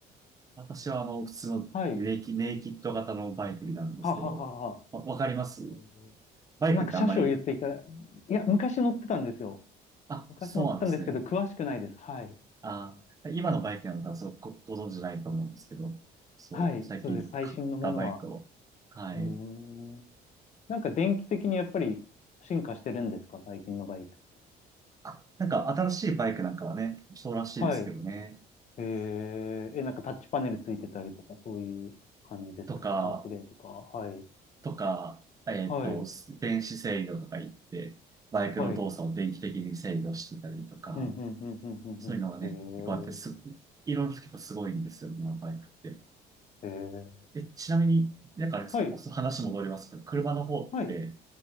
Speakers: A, on the right; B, on the left.
A: 私はあの、普通のネイキ、
B: はい。
A: ネイキッド型のバイクになるんですけど、
B: はあはあはあはあ。
A: わ、わかります
B: えー
A: バイクってあんまり、
B: なんか車種を言っていか、いや、昔乗ってたんですよ。
A: あ、
B: 昔乗ってたんですけど、
A: そうなんですね。
B: 詳しくないです。はい。
A: あ、今のバイクなのか、そう、ご、ご存知ないと思うんですけど、そう、
B: はい。
A: 最近買ったバイクを、
B: そうです。最新のものは。
A: はい。
B: うーん。なんか電気的にやっぱり進化してるんですか最近のバイク。
A: あなんか新しいバイクなんかはね、そうらしいですけどね。
B: はい。えー、え、なんかタッチパネルついてたりとか、そういう感じですかカープレイとか。
A: とか、
B: はい。
A: とか、えっと、
B: はい。
A: 電子制御とか言って、バイクの動作を電気的に制御してたりとか、
B: はい。うん、うん、うん、うん、
A: そういうのがね、
B: うん。
A: 結構あって、す、
B: うん
A: いろいろ結構すごいんですよ、今のバイクって。
B: えー、えー、
A: え、ちなみに、なんかあれです話戻りますけど、
B: はい。
A: 車の方って、
B: はい。